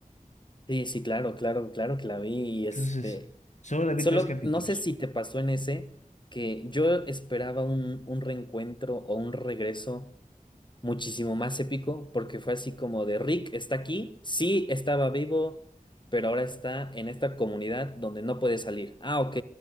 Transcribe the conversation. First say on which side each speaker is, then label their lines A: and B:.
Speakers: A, on the left; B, on the left.
A: Sí, sí, claro, claro, claro que la vi y este,
B: Entonces, solo la vi
A: solo
B: tres capítulos.
A: no sé si te pasó en ese que yo esperaba un, un reencuentro o un regreso muchísimo más épico porque fue así como de Rick está aquí, sí estaba vivo, pero ahora está en esta comunidad donde no puede salir. Ah, ok.